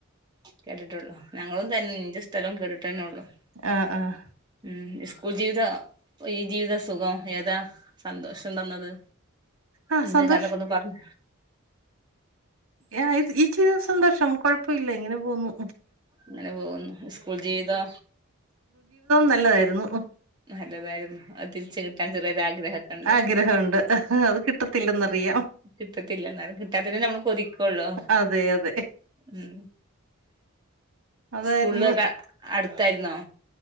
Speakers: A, on the right; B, on the right.
A: കേട്ടിട്ടൊള്ളൂ ഞങ്ങളും തന്നെ നിന്റെ സ്ഥലം കേട്ടിട്ടെന്നോള്ളു.
B: ആഹ് ആഹ്
A: ഉം സ്കൂൾ ജീവിത ഈ ജീവിതസുഖം ഏതാ സന്തോഷം തന്നത്?
B: ആഹ്
A: എന്ത്
B: സന്തോഷ്
A: കഥക്കൊന്ന് പർഞ്ഞ
B: യാ ഇത് ഈ ജീവിതം സന്തോഷം കൊഴപ്പയില്ല ഇങ്ങനെ പോവുന്നു.
A: ഇങ്ങനെ പോവുന്നു സ്കൂൾ ജീവിതോ?
B: നല്ലതായിര്ന്നു.
A: നല്ലതായിര്ന്നു അത് തിരിച്ച് കിട്ടാൻ ചെറിയൊരാഗ്രഹക്കെണ്ട്.
B: ആഗ്രഹമുണ്ട് അത് കിട്ടത്തില്ലെന്നറിയാം
A: കിട്ടത്തില്ല എന്നാലും കിട്ടാത്തന്നെ നമ്മള് കൊതിക്കൊള്ളൂ
B: അതെ അതെ
A: ഉം
B: അതായിരുന്നു
A: സ്കൂളൊക്ക അട്ത്തായിര്ന്നോ?